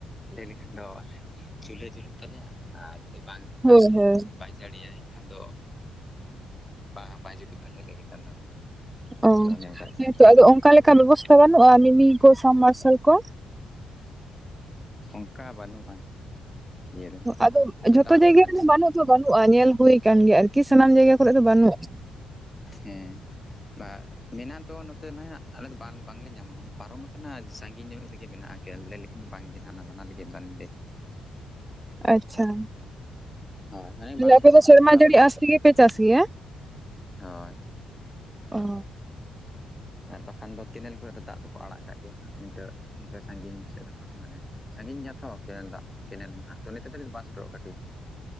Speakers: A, on the left (about 15°); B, on the right (about 15°).
A: ᱞᱟᱹᱭ ᱞᱮᱠᱷᱟᱱ ᱫᱚ ᱪᱩᱞᱦᱟᱹ ᱡᱩᱞᱩᱜ ᱛᱟᱞᱮᱭᱟ ᱟᱨ ᱡᱩᱫᱤ ᱵᱟᱝ
B: ᱦᱳᱭ
A: ᱫᱟᱜ ᱮ
B: ᱦᱳᱭ
A: ᱵᱟᱭ ᱡᱟᱹᱲᱤᱭᱟᱭ ᱮᱠᱷᱟᱱ ᱫᱚ ᱵᱟ ᱵᱟᱭᱡᱟᱲᱤ <inaudible> ᱛᱟᱦᱞ ᱞᱟᱹᱭ <inaudible> <unintelligible> ᱞᱮᱠᱷᱱ ᱫᱚ
B: ᱳ
A: ᱛᱚ ᱚᱱᱮ ᱚᱱᱠᱟᱜ ᱠᱟᱱᱟ
B: ᱦᱮᱸᱛᱚ ᱟᱫᱚ ᱚᱱᱠᱟ ᱞᱮᱠᱟ ᱵᱮᱵᱚᱥᱛᱟ ᱵᱟᱹᱱᱩᱜᱼᱟ ᱱᱤᱢᱤ ᱠᱚ ᱥᱟᱵᱢᱟᱨᱥᱟᱞ ᱠᱚ?
A: ᱚᱱᱠᱟ ᱵᱟᱹᱱᱩᱜᱼᱟ ᱤᱭᱟᱹ ᱨᱮᱦᱚᱸ
B: ᱟᱫᱚ
A: ᱛᱚ
B: ᱡᱷᱚᱛᱚ
A: ᱫᱟᱜ
B: ᱡᱟᱭᱜᱟ
A: ᱫᱚ ᱱᱟᱜ
B: ᱨᱮᱫᱚ
A: ᱡᱟᱱᱤ
B: ᱵᱟᱹᱱᱩᱜ ᱫᱚ ᱵᱟᱹᱱᱩᱜᱼᱟ ᱧᱮᱞ ᱦᱩᱭ ᱠᱟᱱ ᱜᱮᱭᱟ ᱟᱨᱠᱤ ᱥᱟᱱᱟᱢ ᱡᱟᱭᱜᱟ ᱠᱚᱨᱮ ᱫᱚ ᱵᱟᱹᱱᱩᱜᱼᱟ ᱾
A: ᱦᱮᱸ <inaudible> <inaudible> ᱢᱮᱱᱟᱜ ᱫᱚ ᱛᱚ ᱱᱟᱦᱜ ᱟᱞᱮ ᱵᱟᱝᱞᱮ ᱧᱟᱢᱟ ᱢᱟᱱᱮ ᱯᱟᱨᱚᱢ ᱟᱠᱟᱱᱟ ᱥᱟᱺᱜᱤᱧ ᱧᱚᱜ ᱨᱮᱜᱮ ᱢᱮᱱᱟᱜᱮ <inaudible> ᱟᱞᱮ ᱵᱟᱝᱜᱮ ᱦᱟᱱᱟ ᱫᱚ ᱚᱱᱟ ᱞᱟᱹᱜᱤᱫ ᱵᱟᱝᱜᱮ ᱾
B: ᱟᱪᱷᱟ
A: ᱦᱳᱭ ᱢᱟᱱᱮ ᱵᱟᱝ
B: ᱟᱯᱮ
A: ᱥᱮᱴᱮᱨᱚᱜᱼᱟ
B: ᱫᱚ ᱥᱮᱨᱢᱟ
A: ᱚᱱᱠᱟ
B: ᱡᱟᱹᱲᱤ
A: ᱵᱟᱹᱛᱷᱟᱹ
B: ᱟᱥ ᱛᱮᱜᱮᱯᱮ ᱪᱟᱥ ᱜᱮᱭᱟ ᱾
A: ᱦᱳᱭ ᱾
B: ᱚ ᱾
A: ᱟᱨ ᱵᱟᱠᱷᱟᱱ ᱫᱚ ᱠᱮᱱᱮᱞ ᱠᱚᱨᱮ ᱫᱚ ᱫᱟᱜ ᱫᱚᱠᱚ ᱟᱲᱟᱜ ᱠᱟᱜ ᱜᱮᱭᱟ ᱦᱜ ᱤᱱᱠᱟᱹ ᱤᱱᱠᱟᱹ ᱥᱟᱺᱜᱤᱧ ᱥᱮᱫ ᱫᱚ ᱱᱟᱜ ᱢᱟᱱᱮ ᱥᱟᱺᱜᱤᱧ ᱜᱮᱭᱟ ᱛᱚ ᱠᱮᱱᱮᱞ ᱫᱟᱜ ᱠᱮᱱᱮᱞ ᱢᱟ ᱛᱚ ᱱᱤᱛᱮ ᱫᱚ ᱵᱟᱝ ᱥᱮᱴᱮᱨᱚᱜᱼᱟ ᱠᱟᱹᱴᱤᱡ ᱦᱚᱸ ᱾